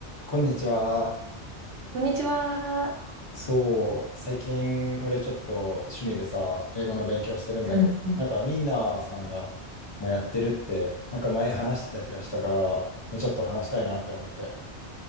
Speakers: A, on the left; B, on the right.
A: こんにちは。
B: こんにちは。
A: そう、最近俺ちょっと趣味でさ、英語の勉強してるんだけど、
B: そうそう。
A: なんかミーナーさんがもうやってるって、なんか前話してた気がしたから、ね、ちょっと話したいなって思って。